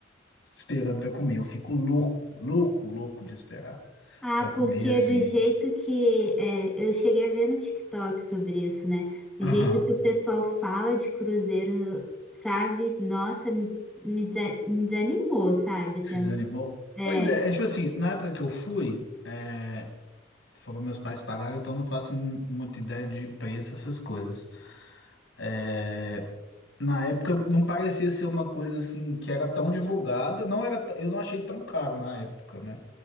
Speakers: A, on the left; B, in the centre.
A: esperando pra comer. Eu fico louco, louco, louco de esperar
B: Ah,
A: pra comer,
B: porque
A: assim.
B: do jeito que é, eu cheguei a ver no TikTok sobre isso, né? O
A: Aham.
B: jeito que o pessoal fala de cruzeiro, sabe? Nossa, me, me desa- me desanimou, sabe?
A: Te
B: Tem-
A: Desanimou?
B: É,
A: Pois é, é tipo assim, na época que eu fui, é, foram meus pais pagaram, então eu não faço mu- muita ideia de preço, essas coisas. É, Na época não parecia ser uma coisa assim que era tão divulgada, não era, t- eu não achei tão caro na época, né?